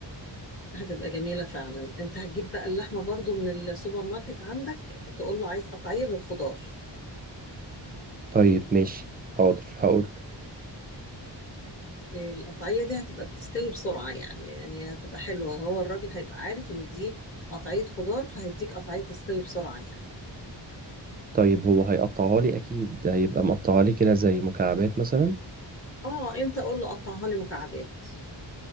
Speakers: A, on the left (about 30°); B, on the right (about 25°).
A: هتبقى جميلة فعلا انت هتجيب بقى اللحمة برضو من السوبر ماركت عندك تقول له عايز قطعية للخضار
B: طيب ماشي حاضر هقول
A: القطعية دي هتبقى بتستوي بسرعة يعني يعني هتبقى حلوة هو الراجل هيبقى عارف ان دي قطعية خضار فهيديك قطعية تستوي بسرعة يعني
B: طيب هو هيقطعها لي اكيد هيبقى مقطعها لي كده زي مكعبات مثلا
A: اه انت قول له قطعها لي مكعبات